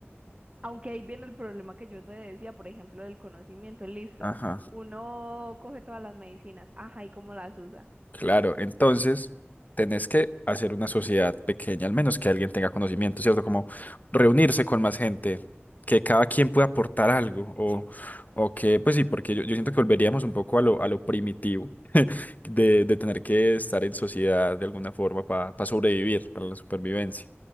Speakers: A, on the right; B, on the left.
A: Aunque ahí viene el problema que yo te decía, por ejemplo, del conocimiento. Listo,
B: Ajá,
A: uno coge todas las medicinas, ajá, ¿y cómo las usa?
B: claro. Entonces, tenés que hacer una sociedad pequeña, al menos que alguien tenga conocimiento, ¿cierto? Como reunirse con más gente, que cada quien pueda aportar algo, o, o que, pues sí, porque yo, yo siento que volveríamos un poco a lo, a lo primitivo de, de tener que estar en sociedad de alguna forma para sobrevivir, para la supervivencia.